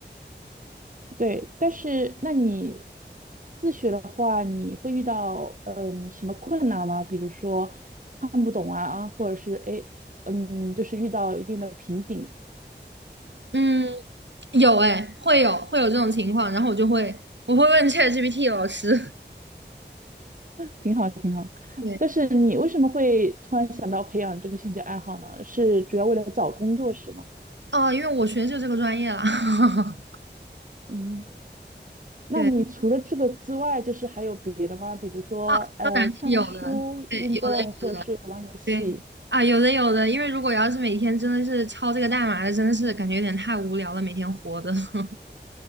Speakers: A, on the right; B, on the right.
A: 对，但是那你自学的话，你会遇到嗯什么困难吗？比如说看不懂啊，或者是哎嗯，就是遇到一定的瓶颈。
B: 嗯，有哎，会有会有这种情况，然后我就会我会问 ChatGPT 老师。<laughs>
A: 挺好，挺好。
B: 对，
A: 但是你为什么会突然想到培养这个兴趣爱好呢？是主要为了找工作是吗？
B: 哦，因为我学的就这个专业啦。<laughs>
A: 嗯。那你除了这个之外，
B: 对
A: 就是还有别的吗？比如说，
B: 啊，
A: 呃，
B: 当然是有的，
A: 看书、
B: 对，
A: 运动，
B: 有的有的。
A: 或者是玩游戏。
B: 对啊，有的有的，因为如果要是每天真的是敲这个代码的，真的是感觉有点太无聊了，每天活的。<laughs>